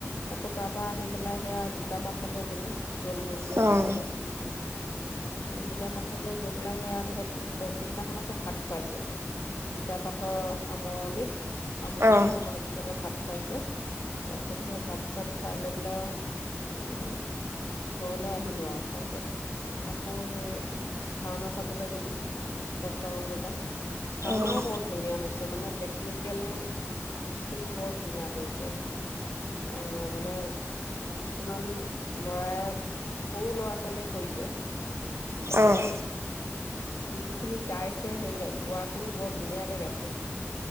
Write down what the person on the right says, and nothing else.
অ',
অ',
অ',
অ',